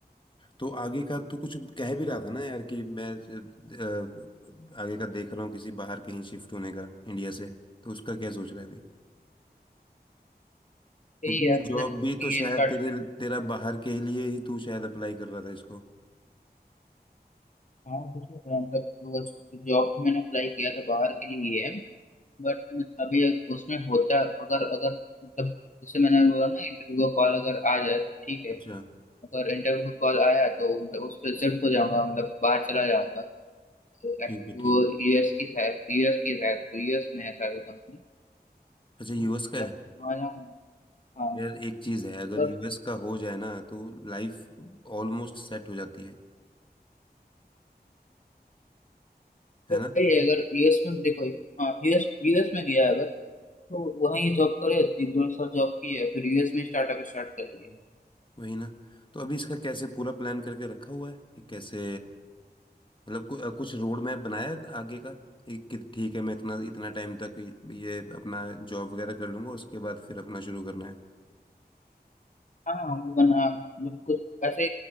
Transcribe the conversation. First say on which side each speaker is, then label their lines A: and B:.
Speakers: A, on the left; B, on the left.
A: तो आगे का तो कुछ कह भी रहा था ना यार कि मैं अ, आगे का देख रहा हूँ किसी बाहर कहीं शिफ्ट होने का इंडिया से तो उसका क्या सोच रहा है भाई
B: सही
A: क्योंकि
B: है
A: ये
B: यार
A: जॉब
B: मतलब
A: भी
B: ये
A: तो शायद
B: स्टार्ट
A: तेरे तेरा बाहर के लिए ही तू शायद अप्लाई कर रहा था इसको
B: हाँ कुछ मतलब जॉब तो मैंने अप्लाई किया था बाहर के लिए ही है बट अभी उसमें होता है, अगर अगर मतलब जैसे मैंने अभी बोला ना इंटरव्यू का कॉल अगर आ जाए तो ठीक है
A: अच्छा
B: अगर इंटरव्यू का कॉल आया तो मतलब उस पर शिफ्ट हो जाऊंगा मतलब बाहर चला जाऊंगा तो
A: ठीक
B: एक-
A: है
B: वो
A: ठीक है
B: यूएस की शायद यूएस की शायद तो यूएस में है शायद वो कंपनी तो
A: अच्छा यूएस का
B: जब
A: है
B: वहाँ जाऊंगा हाँ
A: यार एक चीज है
B: अगर
A: अगर यूएस का हो जाए ना तो लाइफ ऑलमोस्ट सेट हो जाती है है
B: वही
A: ना
B: है, अगर यूएस में देखो हाँ यूएस यूएस में गया अगर तो वहीं जॉब करे एक दो साल जॉब की है फिर यूएस में स्टार्टअप स्टार्ट कर दिया
A: हम्म। वही ना तो अभी इसका कैसे पूरा प्लान करके रखा हुआ है कि कैसे मतलब कु, कुछ रोड मैप बनाया है आगे का कि कि ठीक है मैं इतना इतना टाइम तक ये अपना जॉब वगैरह कर लूंगा उसके बाद फिर अपना शुरू करना है
B: हाँ हाँ, वो बना मतलब कुछ ऐसे